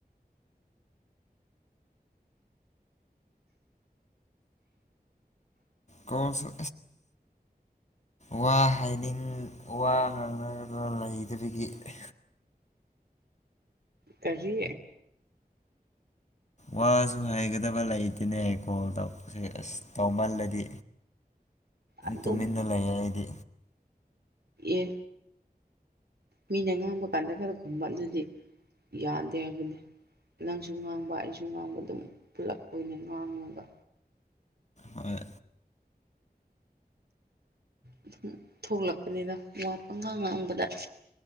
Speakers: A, on the left (about 45°); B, on the right (about 85°).
A: ꯀꯣꯟꯁ ꯋꯥ ꯍꯥꯏꯅꯤꯡ ꯋꯥ ꯉꯥꯡꯅꯗꯅ ꯂꯩꯗꯕꯒꯤ <unintelligible>
B: ꯀꯔꯤ
A: ꯋꯥꯁꯨ ꯍꯥꯏꯒꯗꯕ ꯂꯩꯇꯅꯦ ꯀꯣꯜ ꯇꯁꯦ ꯑꯁ ꯇꯧꯃꯜꯂꯗꯤ
B: ꯑꯗꯨꯝ
A: ꯇꯨꯃꯤꯟꯅ ꯂꯩꯌꯦ ꯑꯩꯗꯤ
B: ꯑꯦ ꯃꯤꯅ ꯉꯥꯡꯕ ꯀꯥꯟꯗ ꯈꯔ ꯈꯨꯝꯕ ꯑꯗꯨꯗꯤ ꯌꯥꯗꯦ ꯍꯥꯏꯕꯅꯦ ꯅꯪꯁꯨ ꯉꯥꯡꯕ ꯑꯩꯁꯨ ꯉꯥꯡꯕ ꯑꯗꯨꯝ ꯄꯨꯂꯞ ꯑꯣꯏꯅ ꯉꯥꯡꯉꯒ
A: ꯍꯣꯏ
B: ꯑꯗꯨꯝ ꯊꯣꯛꯂꯛꯄꯅꯤꯅ ꯋꯥꯄꯉꯥꯡ ꯉꯥꯡꯕꯗ